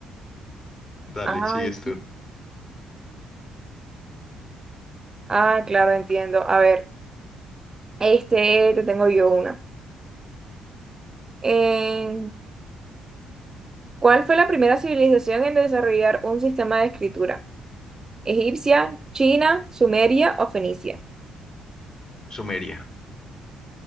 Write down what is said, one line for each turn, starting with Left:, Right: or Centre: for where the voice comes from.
Left: Dale,
Right: Ay,
Left: sigues tú.
Right: ah, claro, entiendo. A ver, este te tengo yo una. Eh, ¿cuál fue la primera civilización en desarrollar un sistema de escritura? Egipcia, China, Sumeria o Fenicia.
Left: Sumeria.